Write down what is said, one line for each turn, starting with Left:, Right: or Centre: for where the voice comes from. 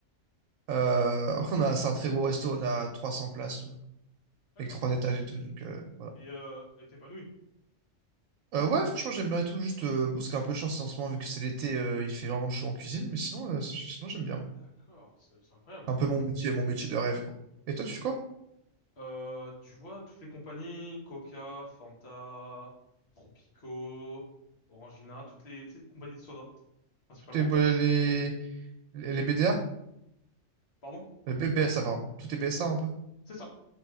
Right: Euh,
Left: Ok.
Right: après,
Left: Sympa.
Right: on a, c'est un très gros resto, on a 300 places euh,
Left: D'accord.
Right: avec trois étages et tout, donc euh, voilà.
Left: Et euh, et t'épanouis.
Right: Euh, ouais, franchement, j'aime bien et tout. Juste, euh, bon, c'est un peu chance en ce moment, vu que c'est l'été, euh, il fait vraiment chaud en cuisine, mais sinon, euh, c'est- sinon j'aime bien. moi.
Left: D'accord, c'est c'est incroyable.
Right: C'est un peu mon métier, mon métier de rêve, quoi. Et toi, tu fais quoi?
Left: Euh, tu vois, toutes les compagnies, Coca, Fanta, Tropico, Orangina, toutes les, tu sais, compagnies de soda, principalement.
Right: Tout tes bo- les, les les BDA?
Left: Pardon?
Right: Euh, B- BSA, pardon. Tout est BSA un peu.
Left: C'est ça.